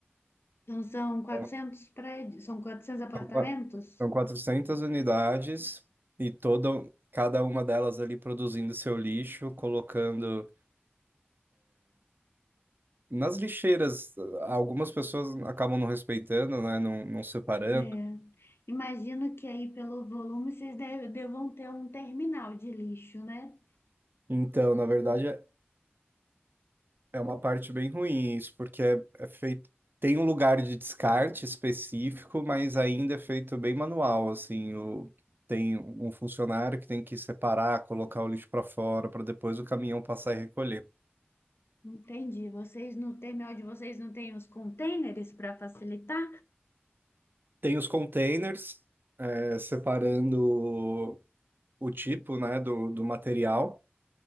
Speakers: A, on the left (about 75°); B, on the right (about 60°).
A: Então são 400
B: Então,
A: prédios, são 400 apartamentos?
B: são qua- são 400 unidades e toda, cada uma delas ali produzindo seu lixo, colocando Nas lixeiras, algumas pessoas acabam não respeitando, né? Não, não separando.
A: É. Imagino que aí pelo volume vocês deve- devam ter um terminal de lixo, né?
B: Então, na verdade, é é uma parte bem ruim isso, porque é, é feito. Tem um lugar de descarte específico, mas ainda é feito bem manual, assim. O, tem um funcionário que tem que separar, colocar o lixo para fora, para depois o caminhão passar e recolher.
A: Entendi. Vocês no terminal de vocês não têm os containers para facilitar?
B: Tem os containers, eh, separando o tipo, né, do, do material.